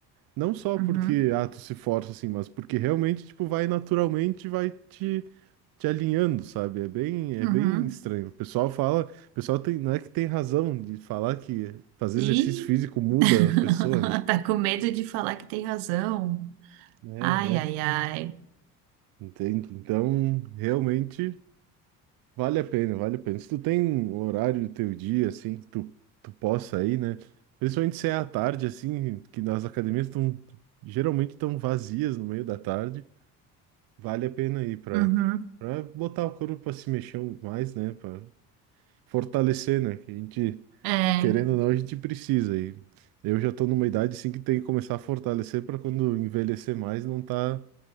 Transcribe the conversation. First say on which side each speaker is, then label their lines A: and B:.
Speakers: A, on the right; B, on the right.
A: não só
B: uhum,
A: porque ah, tu se força assim, mas porque realmente tipo vai naturalmente, vai te te alinhando, sabe? É bem é
B: uhum.
A: bem estranho. O pessoal fala, o pessoal tem, não é que tem razão de falar que fazer
B: E
A: exercício físico muda
B: <laughs>
A: a pessoa, né?
B: tá com medo de falar que tem razão.
A: É,
B: Ai, ai,
A: é.
B: ai.
A: Entendo. Então, realmente Vale a pena, vale a pena. Se tu tem um horário do teu dia, assim, que tu, tu possa ir, né? Principalmente se é à tarde, assim, que nas academias estão geralmente estão vazias no meio da tarde, vale a pena ir para
B: Uhum,
A: para botar o corpo para se mexer mais, né? Para fortalecer, né? Que a gente,
B: é,
A: querendo ou não, a gente precisa. E eu já tô numa idade, assim, que tem que começar a fortalecer para quando envelhecer mais não tá